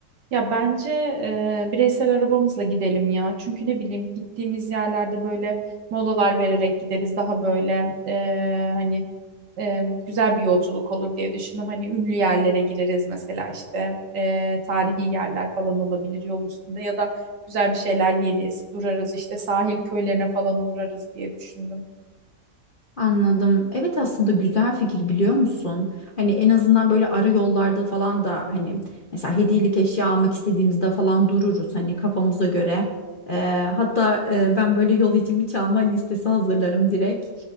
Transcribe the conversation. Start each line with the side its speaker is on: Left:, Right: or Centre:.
Right: Ya bence e, bireysel arabamızla gidelim ya. Çünkü ne bileyim gittiğimiz yerlerde böyle molalar vererek gideriz. Daha böyle e, hani e, güzel bir yolculuk olur diye düşündüm. Hani ünlü yerlere gireriz mesela işte e, tarihi yerler falan olabilir yol üstünde ya da güzel bir şeyler yeriz, durarız işte sahil köylerine falan uğrarız diye düşündüm.
Left: Anladım. Evet aslında güzel fikir biliyor musun? Hani en azından böyle ara yollarda falan da hani mesela hediyelik eşya almak istediğimizde falan dururuz hani kafamıza göre. Ee, hatta e, ben böyle yol için bir çalma listesi hazırlarım direkt.